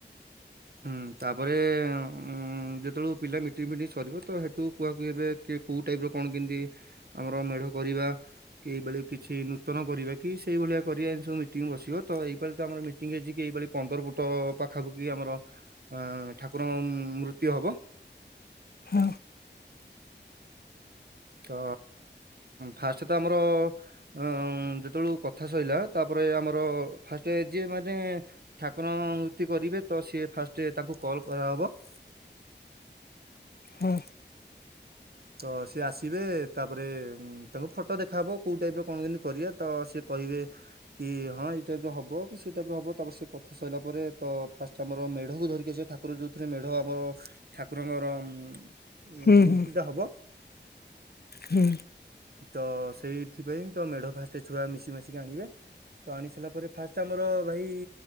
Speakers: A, on the right; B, on the left.
A: ହୁଁ ତାପରେ ଉଁ ହୁ ଯେତେବେଳକୁ ପିଲା ମିଟିଂ ଫିଟିଙ୍ଗ ସରଯିବ ତ ସେଠୁ କୁହାକୁହି ହେବେ କି କେଉଁ ଟାଇପର କଣ କେମିତି ଆମର ମେଢ କରିବା। ଏଇବେଲେ କିଛି ନୂତନ କରିବା କି ସେଇ ଭଳିଆ କରିବା ଏମ ସବୁ ମିଟିଂ ବସିବ ତ ଏଇପା ତ ଆମର ମିଟି ମିଟିଙ୍ଗ ହେଇଛି କି ଭଳି ପନ୍ଦର ଫୁଟ ପାଖାପାଖି ଆମର ଆଁ ଠାକୁରଙ୍କ ମୃତି ହବ।
B: ହଁ
A: ତ ଫାଷ୍ଟ ତ ଆମର ଆଁ ଯେତେବେଳ କଥା ସରିଲା ତାପରେ ଆମର ଫାଷ୍ଟ ଯିଏ ମାନେ ଠାକୁରଙ୍କ ମୂର୍ତ୍ତି କରିବେ ତ ସିଏ ଫାଷ୍ଟ ତାଙ୍କୁ କଲ୍ କରାହବ।
B: ହଁ
A: ତ ସିଏ ଆସିବେ ତାପରେ ତାଙ୍କୁ ଫଟୋ ଦେଖାହବ କୋଉ ଟାଇପର କଣ ଯେମିତି କରିବା ତ ସିଏ କହିବେ କି ହଁ ଏଇ ଟାଇପର ହବ କି ସେ ଟାଇପର ହବ ତାପରେ ସେ କଥା ସଇଲା ପରେ ତ ଫାଷ୍ଟ ଆମର ମେଢକୁ ଧରିକି ସେ ଠାକୁର ଯେଉଥିରେ ମେଢ ହବ ଠାକୁରଙ୍କର ମୂର୍ତ୍ତିଟା
B: ହୁଁ ହୁଁ
A: ହବ
B: ହୁଁ
A: ତ ସେଇଥିପାଇଁ ତ ମେଢ ଫାଷ୍ଟ ଛୁଆ ମିଶି ମାଶିକି ଆଣିବେ। ତ ଆଣି ସାରିଲା ପରେ ଫାଷ୍ଟ ଆମର ଭାଇ